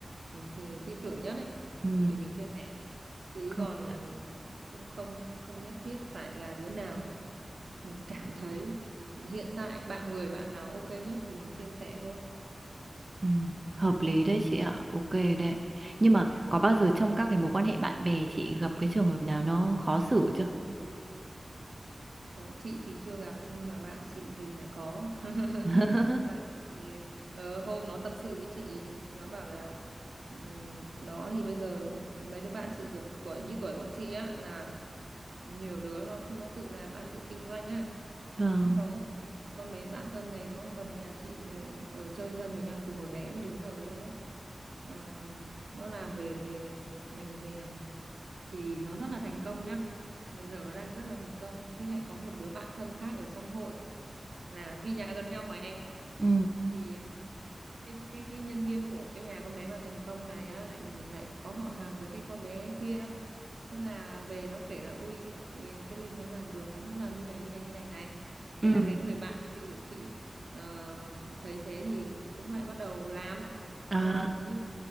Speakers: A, on the right; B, on the right.
A: mình thì tin tưởng nhất đấy
B: Ừ,
A: để mình chia sẻ chứ
B: công
A: còn
B: nhận
A: cũng không không nhất thiết phải là đứa nào mình cảm thấy hiện tại bạn người bạn nào ok nhất thì mình chia sẻ thôi
B: Ừ, hợp lý
A: ừ.
B: đấy chị ạ, ok đấy. Nhưng mà
A: Ừ.
B: có bao giờ trong các cái mối quan hệ bạn bè chị gặp cái trường hợp nào nó khó xử chưa?
A: Có, chị thì chưa gặp nhưng mà bạn chị thì lại có <laughs>
B: <laughs>
A: bạn chị ờ, hôm nó tâm sự với chị nó bảo là ừm, nó thì bây giờ mấy đứa bạn chị kiểu tuổi như tuổi bọn chị á là nhiều đứa nó nó tự làm ăn tự kinh doanh ấy
B: Vâng.
A: thế có một con bé bạn thân này nó gần nhà chị ừ, ở chơi thân với nhau từ hồi bé đến giờ luôn đấy Ờ, nó làm về về mành rèm thì nó rất là thành công nhá bây giờ nó đang rất là thành công thế lại có một đứa bạn thân khác ở trong hội là vì nhà gần nhau mà em
B: Ừ.
A: thì cái cái cái nhân viên của cái nhà con bé mà thành công này á, lại lại có họ hàng với cái con bé kia thế là về nó kể là ui ê, cái Linh nó làm được lắm nó làm như này như này như này này
B: Ừ.
A: thế là cái người bạn kia của chị ờ, thấy thế thì cũng lại bắt đầu làm
B: À,
A: làm thế nhưng